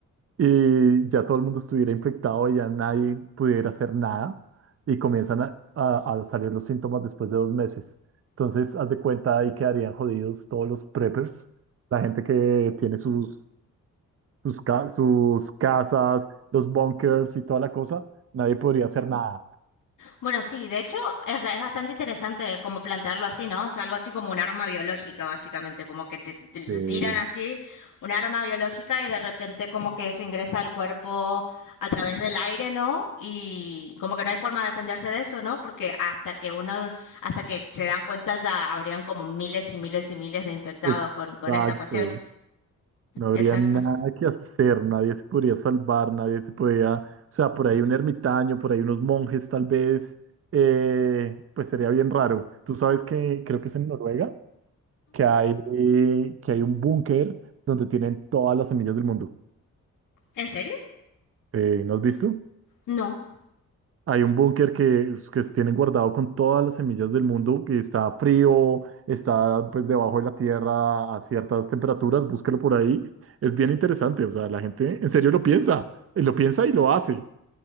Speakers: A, on the right; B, on the left.
A: y ya todo el mundo estuviera infectado y ya nadie pudiera hacer nada y comienzan a, a- a salir los síntomas después de dos meses. Entonces, haz de cuenta, ahí quedarían jodidos todos los preppers, la gente que tiene sus, sus, ca- sus casas, los bunkers y toda la cosa, nadie podría hacer nada.
B: Bueno, sí, de hecho, o sea, es bastante interesante como plantearlo así, ¿no? O sea, algo así como un arma biológica, básicamente, como que te, te
A: sí
B: lo tiran así un arma biológica y de repente como que se ingresa al cuerpo a través del aire, ¿no? Y como que no hay forma de defenderse de eso, ¿no? Porque hasta que uno, hasta que se dan cuenta ya habrían como miles y miles y miles de infectados
A: exacto.
B: con, con esta cuestión.
A: No habría
B: Exacto.
A: nada que hacer, nadie se podría salvar, nadie se podía, o sea, por ahí un ermitaño, por ahí unos monjes tal vez, eh, pues sería bien raro. Tú sabes que creo que es en Noruega, que hay, que hay un búnker donde tienen todas las semillas del mundo.
B: ¿En serio?
A: Eh, ¿no has visto?
B: No,
A: Hay un búnker que, que tienen guardado con todas las semillas del mundo, que está frío, está pues debajo de la tierra a ciertas temperaturas, búsquelo por ahí. Es bien interesante, o sea, la gente en serio lo piensa, y lo piensa y lo hace.